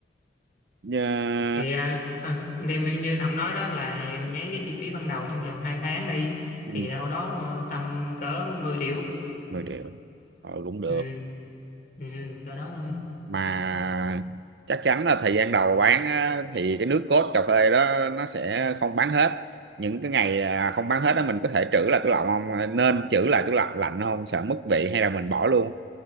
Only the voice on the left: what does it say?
thì uh, đem như Thẩm nói đó là em nháy cái chi phí ban đầu trong vòng 2 tháng đi
thì đâu đó ờ, tầm cỡ mười triệu
ừ. Ừ. cỡ đó thôi